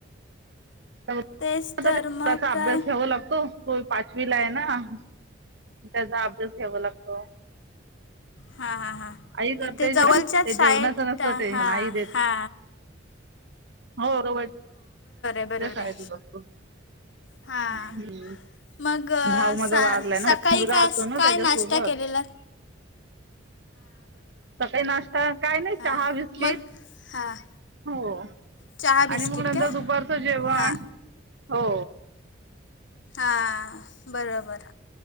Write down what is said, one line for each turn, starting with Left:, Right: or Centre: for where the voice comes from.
Right: <unintelligible>
Left: तेच तर मग
Right: अभ्यास
Left: काय?
Right: घ्यावा लागतो... तो पाचवीला ए ना त्याचा अभ्यास घ्यावा लागतो.
Left: हा, हा, हा
Right: आई करते
Left: इथं जवलच्याच
Right: जेवण ते जेवणाचं
Left: शाळेत...
Right: नसतं
Left: हा...
Right: टेन्शन आई देते
Left: हा
Right: हो <unintelligible>
Left: बरोबर
Right: <unintelligible>
Left: आहे. हा
Right: हम्म..
Left: मग
Right: भाऊ माझा
Left: स...
Right: वारलाय ना
Left: सकाळी
Right: मुलगा
Left: का...
Right: असतो ना
Left: काय
Right: त्याच्यासोबत
Left: नाश्ता केलेलात?
Right: सकाळी नाश्ता काय नाई...
Left: हां
Right: चहा बिस्किट
Left: मग हां.
Right: हो...
Left: चहा बिस्किट
Right: आणि मग नंतर
Left: काय
Right: दुपारचं जेवण,
Left: हां
Right: हो
Left: हा... बरोबर.